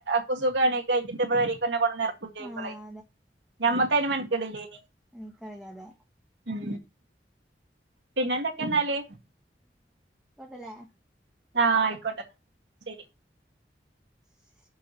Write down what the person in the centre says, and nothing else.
ആഹ്
ഉ കഴിയാതെ
വെക്കല്ലേ
ശ്